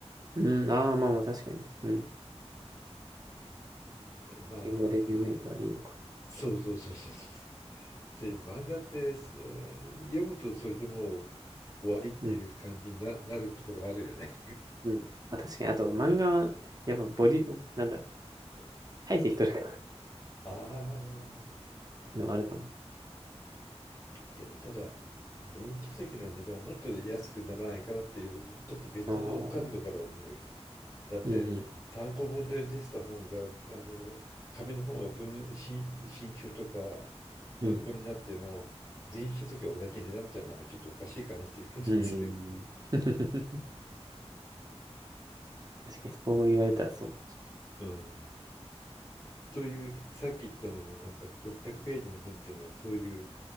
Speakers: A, on the right; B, on the left.
A: う。うん、ああ、まあまあ確かに。うん。
B: まあ、
A: 汚れて読めるからいいのか。
B: そうそうそうそうそう。そ漫画って、えー読むとそれでもう終わりっていう感じにな、
A: うん、
B: なるところあるよね。
A: うん。まあ確かに、あと漫画は、やっぱボリューム、なんだろう。体積取るからっ
B: <laughs> ああ。
A: ていうのはあるかも。
B: でもただ、電子書籍の値段もっと安くならないからっていう、ちょっと別の角度から思うよ。
A: ああ。
B: だって、
A: うん、
B: 単行本で出てた本が、あの、紙の本は文、新、新書とか文庫になっても、
A: うん、
B: 電子書籍は同じ値段ってのはなんかちょっとおかしいかなっていう感じがする。
A: うん、うん。<laughs> 確かにそう言われたらそう。
B: うん。そういうさっき言ったのもなんか600ページの本っていうのはそういう